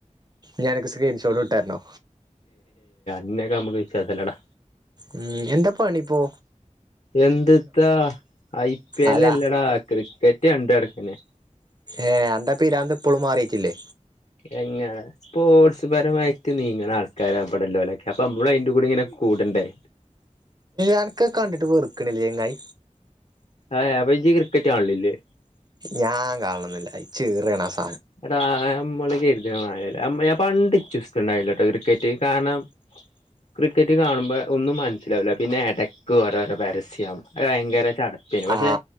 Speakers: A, on the right; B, on the left.
A: ഞാനൊക്കെ സ്ക്രീൻഷോട്ട് വിട്ട്തരണോ
B: ഇന്നെക്കെ ഞമ്മക്ക് വിശ്വാസല്ലേടാ
A: ഉം എന്താപ്പണിപ്പോ
B: എന്ത്ത്താ ഐ പി എല്ല്
A: അല്ല
B: ലല്ലെടാ ക്രിക്കറ്റ് കണ്ട് നടക്കണെ
A: ഏ അന്റെ പിരാന്ത് ഇപ്പളും മാറിട്ടില്ലേ
B: എങ്ങനെ സ്പോർട്സ് പരമായിട്ട് നീങ്ങണ ആൾക്കാരാ ഇവ്ടെല്ലോലൊക്കെ അപ്പൊ നമ്മള് അയ്ന്റെ കൂടെ ഇങ്ങനെ കൂടി ണ്ടേ
A: അൻക്കെ കണ്ടിട്ട് വെർക്കണില്ലേങ്ങായി
B: ആ അപ്പ ജ്ജ് ക്രിക്കറ്റ് കാണലില്ലേ
A: ഞാൻ കാണലൊന്നില്യ ഇച്ചിറേണാസ്
B: <unintelligible> മ്മള് കര്തണ മാതിരല്ല്യ നമ്മെ പണ്ട് ഇച്ചുസ്ണ്ടായില്ലോട്ടോ ക്രിക്കറ്റ് കാരണം ക്രിക്കറ്റ് കാണുമ്പോ ഒന്നും മനസ്സിലാവൂല്ല പിന്നെ എടക്ക് ഓരോരോ പരസ്യം അതുഭയങ്കര ചട ശെരിപക്ഷെ
A: ആ